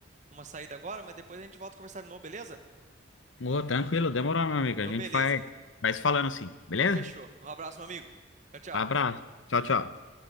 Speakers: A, on the right; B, on the left.
A: uma saída agora, mas depois a gente volta a conversar de novo, beleza?
B: ô, tranquilo, demorou, meu amigo.
A: Então,
B: A gente
A: beleza.
B: vai, vai se falando assim, beleza?
A: Então, fechou. Um abraço, meu amigo. Tchau,
B: Abraço.
A: tchau.
B: Tchau, tchau.